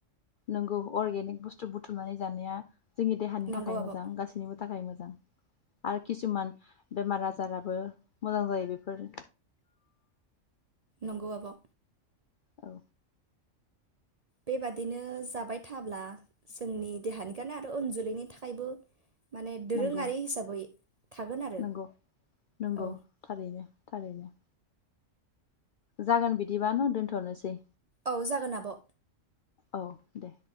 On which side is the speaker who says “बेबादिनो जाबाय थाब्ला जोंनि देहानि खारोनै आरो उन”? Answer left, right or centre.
Right